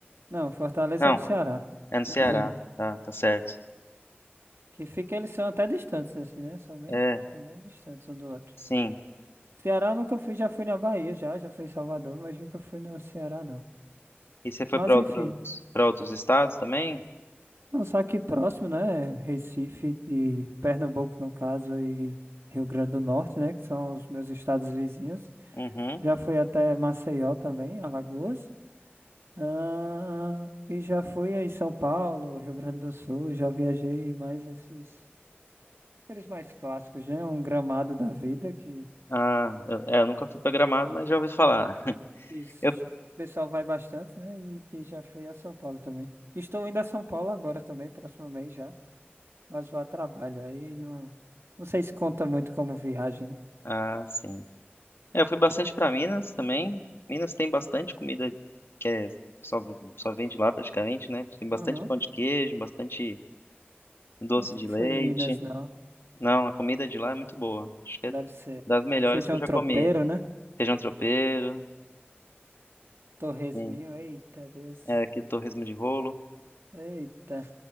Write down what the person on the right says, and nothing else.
Não, Fortaleza
é no Ceará.
<clears throat>
Que fica, eles são até distantes, assim, né? São bem,
são bem distantes um do outro.
Ceará eu nunca fui, já fui na Bahia, já, já fui em Salvador, mas nunca fui no Ceará, não.
Mas
enfim,
não, só aqui próximo, né? Recife e Pernambuco, no caso, e Rio Grande do Norte, né? Que são os meus estados vizinhos.
Já fui até Maceió também, Alagoas. Ah, e já fui aí em São Paulo, Rio Grande do Sul, já viajei mais esses. Aqueles mais clássicos, né? Um gramado da vida que,
que isso- o pessoal vai bastante, né? E, e já fui a São Paulo também. Estou indo a São Paulo agora também, próximo mês já. Mas vou a trabalho. Aí não, não sei se conta muito como viagem.
Uhum.
Nunca
fui
em Minas, não.
Deve
ser
feijão
tropeiro,
né?
Torresminho.
Eita, Deus.
Eita.